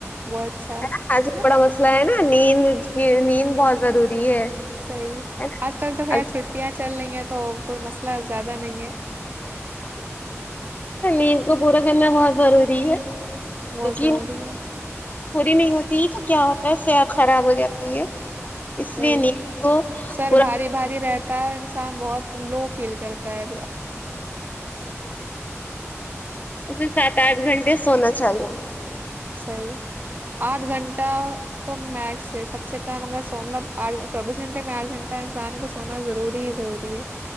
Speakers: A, on the right; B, on the left.
A: بہت اچھا
B: نا آج بھی
A: ہاں،
B: بڑا مسئلہ ہے نا نیند کی نیند بہت ضروری بھی ہے
A: صحی
B: ہے
A: آج کل
B: نا
A: تو ہےیر چھٹیا چل رہی ہیں تو کوئی مسئلہ زیادہ نہیں ہے
B: نیند کو پورا کرنا بہت ضروری ہے
A: بہت
B: پی
A: ضروری ہے
B: نہیں ہوتی ہے تو کیا ہوتا ہے صحت خراب ہو جاتی ہے اس
A: وہی
B: لیے نیند کو
A: سر
B: پورا
A: بھاری بھاری رہتا ہے انسان بہت لو فیل کرتا ہےھ
B: اسے سات آٹھ گھنٹے سونا چالو
A: صی آھ گھنٹہ تو میک سب چکاام م گگر سورم آٹ چوبیس گھنٹے میںٹھ گھنٹ انسان کو سونا روری ہے ضروری ہے